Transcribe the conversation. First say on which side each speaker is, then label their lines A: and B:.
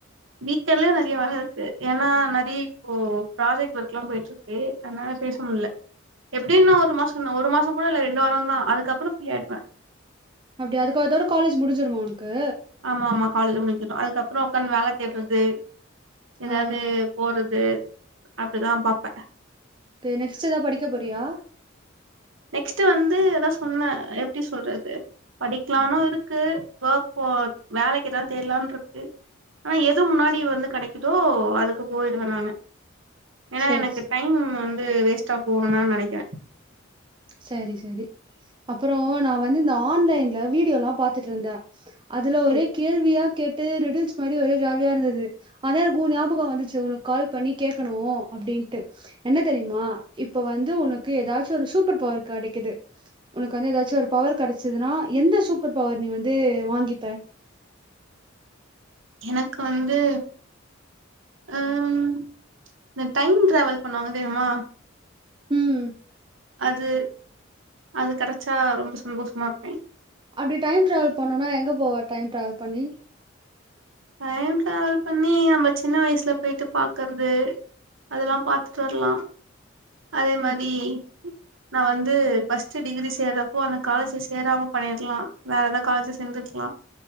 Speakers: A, on the right; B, on the right.
A: வீக்கண்டலயே நெறய வேல இருக்கு ஏன்னா நெறைய இப்போ ப்ராஜெக்ட் ஒர்க்லாம் போயிட்டு இருக்கு அதனால பேச முடில எப்டியும் இன்னும் ஒரு மாசம் தா ஒரு மாசம் கூட இல்ல ரெண்டு வாரம் தா அதுக்கப்பறம் ஃப்ரீயா ஆயிடுவே
B: அப்டியா அதுக்க அதோட காலேஜ் முடிஞ்சிருமா உனக்கு
A: ஆமா ஆமா காலேஜ் முடிஞ்சுரும் அதுக்கப்பறம் ஒக்காந்து வேல தேடுறது ஏதாவது
B: ஆ
A: போறது அப்டிதா பாப்பே
B: ஓகே நெக்ஸ்ட் ஏதாவது படிக்க போறியா
A: நெக்ஸ்ட் வந்து அதா சொன்னே எப்டி சொல்றது படிக்கலானு இருக்கு ஒர்க் போ வேலைக்கு எதாவது தேடலான்னு இருக்கு ஆனா எது முன்னாடி வந்து கெடைக்குதோ அதுக்கு போயிடுவே நானு ஏனா
B: சரி
A: எனக்கு
B: சரி
A: டைம் வந்து வேஸ்டா போ வேணானு நெனைக்கிறே
B: சரி சரி அப்றோ நா வந்து இந்த ஆன்லைன்ல வீடியோல்லா பாத்துட்டு இருந்தே அதுல
A: சேரி
B: ஒரே கேள்வியா கேட்டு ரிடில்ஸ் மாதிரி ஒரே ஜாலியா இருந்தது அதா எனக்கு ஒ ஞாபகம் வந்துச்சு உனக்கு கால் பண்ணி கேக்கணு அப்டின்ட்டு என்ன தெரியுமா இப்ப வந்து உனக்கு ஏதாச்சும் ஒரு சு சூப்பர் பவர் கெடைக்குது உனக்கு வந்து ஏதாச்சும் ஒரு பவர் கெடச்சதுன்னா எந்த சூப்பர் பவர் நீ வந்து வாங்கிப்ப
A: எனக்கு வந்து ம் இந்த டைம் டிராவல் பண்ணுவாங்க தெரியுமா
B: ம்
A: அது அது கெடச்சா ரொம்ப சந்தோஷமா இருப்பே
B: அப்டி டைம் ட்ராவெல் பண்ணுனா எங்க போவ டைம் டிராவல் பண்ணி
A: டைம் டிராவல் பண்ணி நம்ம சின்ன வயசுல போயிட்டு பாக்குறது அதெல்லா பாத்துட்டு வரலா அதே மாரி
B: அ
A: நா வந்து ஃபர்ஸ்ட் டிகிரி சேர்றப்போ அந்த காலேஜ்ல சேராம பண்ணிருக்கலா வேற காலேஜ சேந்துருக்கலா